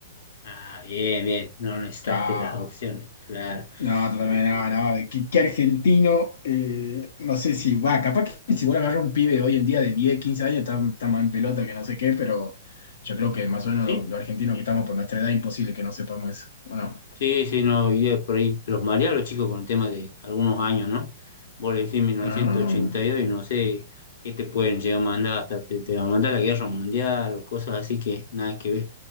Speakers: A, on the left; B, on the left.
A: Ah, bien, bien, no necesitaste
B: Claro.
A: las opciones, claro.
B: No, totalmente,
A: Sí, sí,
B: no,
A: sí.
B: no. de ¿Qué, qué argentino? eh, no sé si va, capaz que si vos agarras un pibe de hoy en día de 10 15 años, está, está más en pelota que no sé qué, pero yo creo que más o menos
A: Sí,
B: los, los argentinos que estamos por nuestra edad, imposible que no sepamos eso, ¿o no?
A: sí, sí, no, y eh, por ahí los mareaba los chicos con el tema de algunos años, ¿no? Vos le decís mil novecientos
B: Ah,
A: ochenta y dos y no sé qué te pueden llegar a mandar, hasta te, te van a mandar la guerra mundial o cosas así que nada que ver,